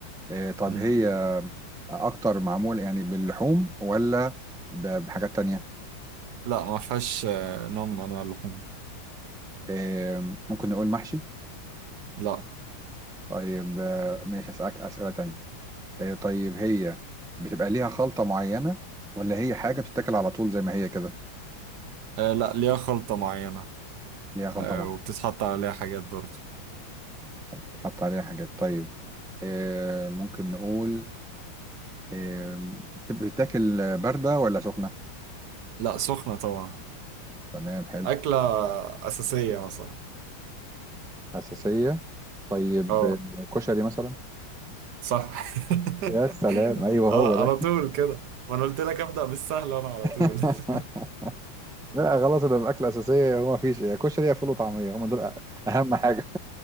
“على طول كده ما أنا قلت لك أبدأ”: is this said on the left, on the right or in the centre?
Right